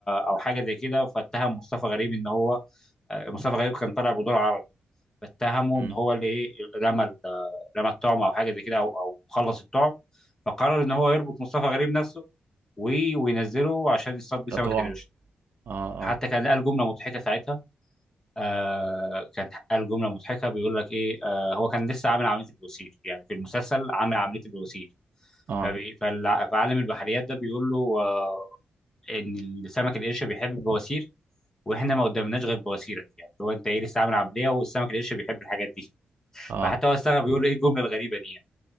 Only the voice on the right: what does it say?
مم.
كطعم
اه
اه
اه
اه